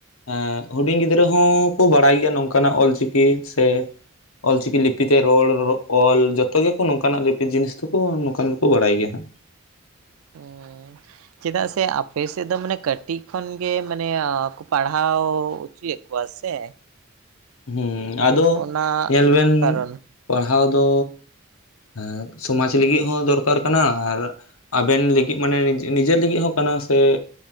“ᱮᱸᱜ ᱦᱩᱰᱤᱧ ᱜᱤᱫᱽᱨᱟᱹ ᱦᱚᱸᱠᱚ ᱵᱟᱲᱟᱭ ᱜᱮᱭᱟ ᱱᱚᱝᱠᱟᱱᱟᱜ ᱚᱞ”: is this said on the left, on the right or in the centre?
Left